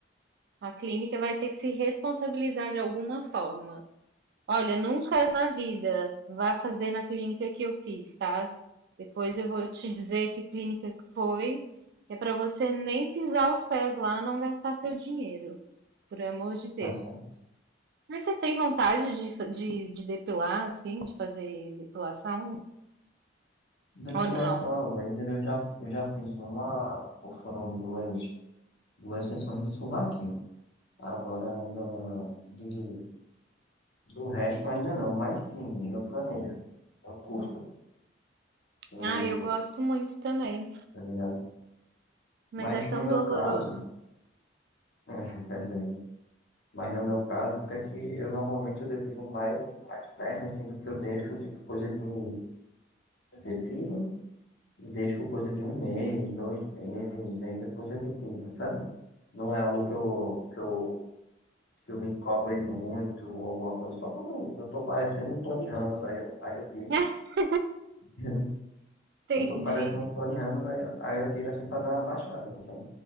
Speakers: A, on the right; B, on the left.
A: A clínica vai ter que se responsabilizar de alguma forma. Olha, nunca na vida vá fazer na clínica que eu fiz, tá? Depois eu vou te dizer que clínica que foi, que é pra você nem pisar os pés lá, não gastar seu dinheiro. Por amor de Deus.
B: Tá certo.
A: Mas você tem vontade de, fa- de, de depilar, assim, de fazer depilação?
B: Depilação
A: Ou não?
B: a laser, eu já, fi- eu já fiz uma, ou foram duas, duas sessões do sovaquinho. Agora, do, de, do resto ainda não, mas sim, eu planejo, eu curto, eu,
A: Ah, eu gosto muito também,
B: tá ligado?
A: mas
B: Mas
A: é tão
B: no meu
A: doloroso.
B: caso, <laughs> é verdade. Mas no meu caso, até que eu normalmente eu depilo mais as pernas, assim, do que eu deixo, tipo, coisa de... Eu depilo e deixo coisa de um mês, dois meses, aí depois eu depilo, sabe? Não é algo
A: Sim.
B: que eu, que eu, que eu me cobre muito ou alguma coisa. Só quando eu tô parecendo o Tony Ramos, aí eu, aí eu tiro.
A: <laughs>
B: <laughs>
A: Entendi.
B: Eu tô parecendo o Tony Ramos, aí, eu- aí eu tiro assim pra dar uma baixada, sabe?